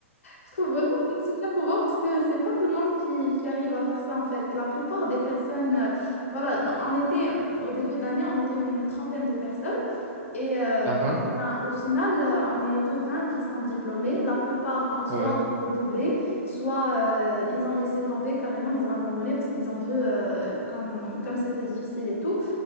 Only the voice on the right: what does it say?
Ah, hein.
Ouais,